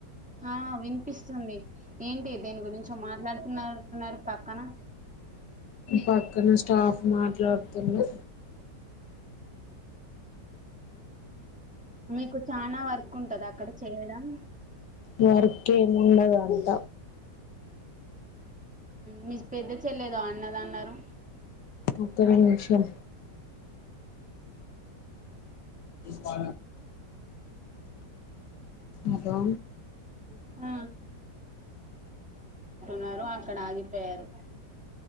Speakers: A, in the centre; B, on the left.
A: ఆ వినిపిస్తుంది ఏంటి దేని గురించి మాట్లాడుతున్నట్టున్నారు పక్కన
B: పక్కన స్టాఫ్ మాట్లాడుతున్నా
A: మీకు చానా వర్క్ ఉంటదా అక్కడ చేయడం
B: వర్క్ ఏం ఉండదు అంత
A: మీ పెద్ద చెల్లి ఏదో అన్నది అన్నారు
B: ఒక్క నిమిషం పా అదా
A: ఆ న్నారు అక్కడ ఆగిపోయారు